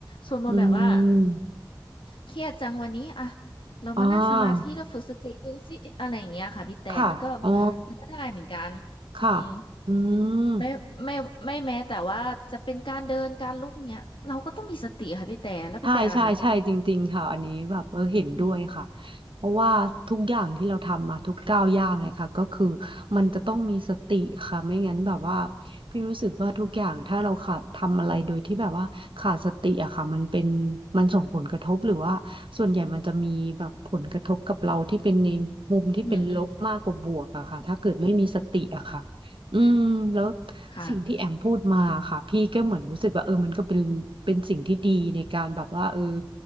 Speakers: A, on the left; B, on the right.
A: สวดมนต์แบบว่า
B: อืม
A: เครียดจังวันนี้อ่ะเรามานั่งสมาธิแล้วฝึกสติดูสิอะไรอย่างเงี้ยค่ะพี่แต่มันก็
B: อ่าค่ะอ๋อ
A: มันก็ได้เหมือนกัน
B: ค่ะ
A: อืม
B: อืม
A: ไม่ไม่ไม่แม้แต่ว่าจะเป็นการเดินการลุกเนี้ยเราก็ต้องมีสติค่ะพี่แต่แล้วพี่แต่ล่ะคะ
B: ใช่ใช่ใช่จริงๆค่ะอันนี้แบบเออเห็นด้วยค่ะเพราะว่าทุกอย่างที่เราทำมาทุกก้าวย่างเลยค่ะก็คือ
A: อืม
B: มันจะต้องมีสติค่ะไม่งั้นแบบว่าพี่รู้สึกว่าทุกอย่างถ้าเราขาดทำอะไรโดยที่แบบว่าขาดสติอะค่ะมันเป็นมันส่งผลกระทบหรือว่าส่วนใหญ่มันจะมีแบบผลกระทบกับเราที่เป็นในมุมที่เป็นลบมากกว่าบวกอะค่ะถ้าเกิดไม่มีสติอะค่ะ
A: อืมอืม
B: อืมแล้ว
A: ค่ะ
B: สิ่งที่แอมพูดมาค่ะพี่ก็เหมือนรู้สึกว่าเออมันก็เป็นเป็นสิ่งที่ดีในการแบบว่าเออ